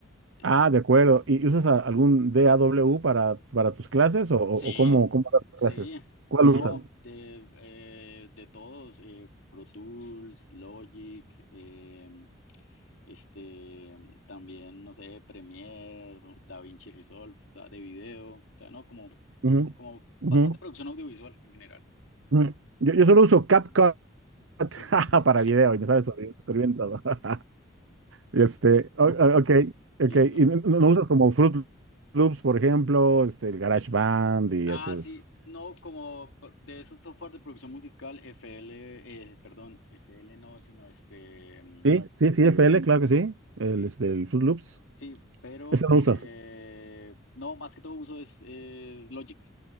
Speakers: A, on the left; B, on the right.
A: Eh,
B: Ah, de acuerdo. ¿Y y usas a- algún DAW para, para tus clases o, o-
A: Sí,
B: o cómo, cómo das tus
A: sí,
B: clases? ¿Cuál
A: no,
B: usas?
A: de, eh, de todos, eh, Pro Tools, Logic, em, este, también, no sé, Premiere, DaVinci Resolve, o sea, de video, o sea, no, como,
B: Ujú,
A: como bastante
B: ujú,
A: producción audiovisual en general.
B: ujú. Yo, yo solo uso CapCut <laughs>
A: <laughs>
B: para video y me sale súper bien súper bien todo. <laughs> Este, o- o- ok, ok.
A: Listo.
B: ¿Y no, no usas como Fruit Loops, por ejemplo, este, el GarageBand y
A: Ah,
B: esos?
A: sí, no, como p- de esos software de producción musical, FL, eh, perdón, FL no, sino este, mm,
B: Sí, sí, sí, FL, claro que sí. El,
A: sí,
B: este, el Fruit Loops.
A: sí, pero
B: Ese
A: eh,
B: no usas.
A: no, más que todo uso es, es Logic,